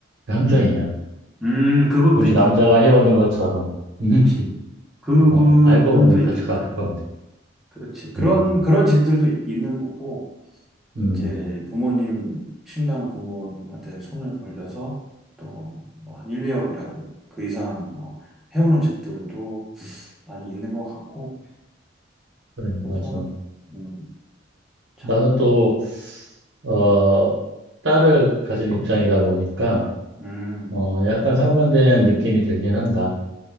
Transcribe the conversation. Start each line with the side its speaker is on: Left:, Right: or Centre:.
Right: 그 함정이야.
Centre: 음, 음, 그것도
Right: 굳이
Centre: 있겠다.
Right: 남자가 해오는 것처럼. <laughs>
Centre: 그렇지. 그
Right: 어,
Centre: 부분도
Right: 알고 보니 같이
Centre: 있겠다.
Right: 갚을 건데.
Centre: 그렇지. 그런,
Right: 음,
Centre: 그런 집들도 있는 거고.
Right: 음,
Centre: 이제 부모님, 신랑 부모님한테 손을 벌려서 또 뭐 한 1, 2억이라도 그 이상 뭐 해오는 집들도 많이 있는 것 같고,
Right: 그래,
Centre: 그래서,
Right: 맞아.
Centre: 음, 참,
Right: 나는 또, 어, 딸을 가진 입장이다 보니까,
Centre: 음,
Right: 어, 약간 상반된 느낌이 들긴 한다.